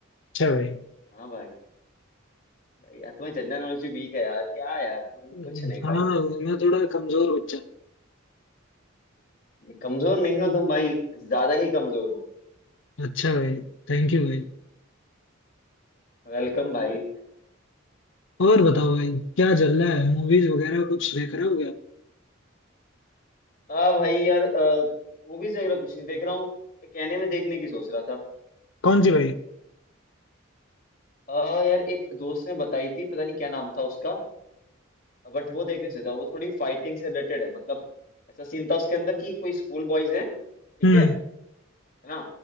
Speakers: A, on the left; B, on the left.
A: अच्छा भाई
B: हाँ भाई भाई यार तुम्हारी जनरल नॉलेज भी वीक है यार क्या यार तुम
A: हम्म,
B: कुछ नहीं
A: हाँ
B: भाई
A: मैं थोड़ा कमजोर बच्चा
B: कमजोर नहीं हो तुम भाई ज्यादा ही कमजोर हो
A: हूँ। अच्छा भाई थैंक यू भाई
B: वेलकम भाई
A: और बताओ भाई क्या चल रहा है मूवीज वगैरह कुछ देख रहे हो क्या
B: हाँ भाई यार मूवीज वगैरह कुछ नहीं देख रहा हूँ कहने में देखने की सोच रहा था
A: कौन सी भाई
B: आ, यार एक दोस्त ने बताई थी पता नहीं क्या नाम था उसका बट वो देख नहीं सकता वो थोड़ी फाइटिंग से रिलेटेड है मतलब ऐसा सीन था उसके अंदर कि कोई स्कूल बॉयज हैं ठीक
A: हम्म
B: है है ना